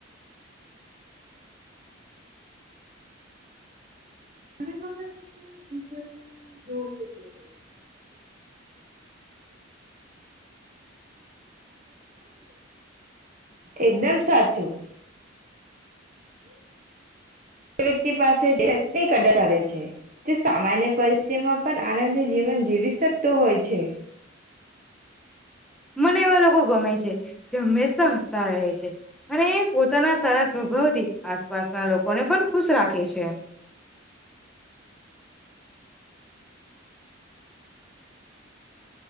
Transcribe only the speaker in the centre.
મને એવા લોકો ગમે છે જે હંમેશા હસતા રહે છે, અને એ પોતાના સારા સ્વભાવથી આસપાસના લોકોને પણ ખુશ રાખે છે